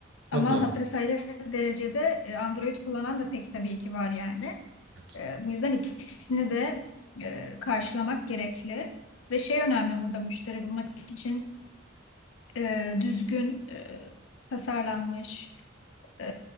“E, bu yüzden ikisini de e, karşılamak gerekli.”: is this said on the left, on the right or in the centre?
Left